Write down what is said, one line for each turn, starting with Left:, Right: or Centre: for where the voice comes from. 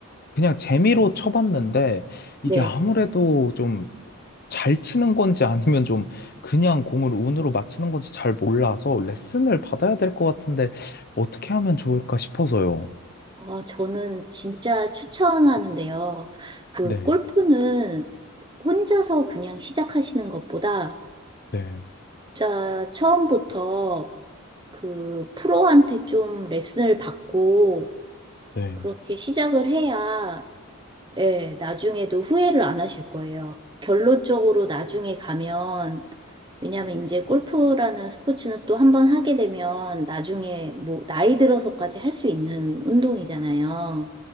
Left: 그냥 재미로 쳐봤는데
Right: 네.
Left: 이게 아무래도 좀 잘 치는 건지 아니면 좀 그냥 공을 운으로 맞히는 건지 잘 몰라서 레슨을 받아야 될 것 같은데 어떻게 하면 좋을까 싶어서요.
Right: 아, 저는 진짜 추천하는데요. 그,
Left: 네,
Right: 골프는 혼자서 그냥 시작하시는 것보다,
Left: 네,
Right: 자, 처음부터 그, 프로한테 좀 레슨을 받고,
Left: 네.
Right: 그렇게 시작을 해야 예, 나중에도 후회를 안 하실 거예요. 결론적으로 나중에 가면, 왜냐면 이제 골프라는 스포츠는 또 한 번 하게 되면 나중에 뭐 나이 들어서까지 할 수 있는 운동이잖아요.